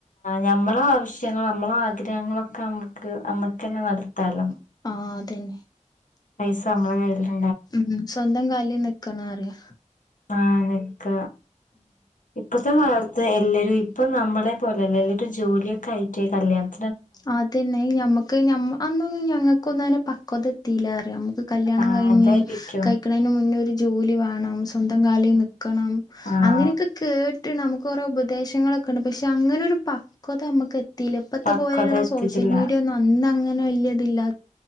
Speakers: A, on the left; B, on the left.
A: ഞമ്മളെ ആവശ്യങ്ങൾ നമ്മളെ ആഗ്രഹങ്ങളൊക്കെ നമുക്ക് നമ്മുക്ക് തന്നെ നടത്താലൊ.
B: ആഹ് അതന്നെ.
A: പൈസ നമ്മള കയ്ല്ല.
B: ഉം സ്വന്തം കാലിൽ നിക്കാനു അറിയാ.
A: ആ നക്ക ഇപ്പത്തെ കാലത്ത് എല്ലെ ഒരു ഇപ്പം നമ്മളെ പോലെല്ലെ ഒരു ജോലിയൊക്കെ ആയിട്ട് കല്യാണം.
B: അതന്നെ ഞമ്മക്ക് അന്നൊന്നും ഞങ്ങക്ക് ഒന്നും പക്വത എത്തില്ല അറിയാം. കല്യാണം
A: ആഹ്
B: കഴിഞ്ഞ്
A: അതായിരിക്കും
B: കഴിക്കണന് മുന്നേ ഒരു ജോലി വേണം സ്വന്തം കാലെ ക്കണം
A: ആഹ്
B: അങ്ങനെയൊക്കെ കേട്ട് നമുക്ക്റേ ഉപദേശങ്ങളൊക്കെ ഉണ്ട് പക്ഷെ അങ്ങനെ ഒരു പക്വത നമുക്ക് എത്തിയില്ല ഇപ്പത്തെ
A: പക്വത
B: പോലെയുള്ള
A: എത്തിട്ടില്ല
B: സോഷ്യൽ മീഡിയ ഒന്നും അന്ന് അങ്ങനെ വല്ല്യ ഇത് ല്ലാ